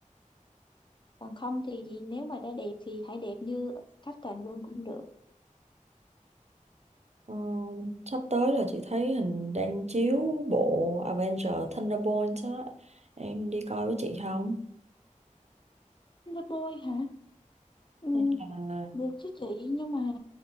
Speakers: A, on the left; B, on the right.
A: còn không thì nếu mà đã đẹp thì hãy đẹp như Captain luôn cũng được
B: Ờ, sắp tới là chị thấy hình đang chiếu bộ Avenger Thunderbolts á em đi coi với chị không
A: Là bôi hả ừ,
B: Hay là
A: được chứ chị nhưng mà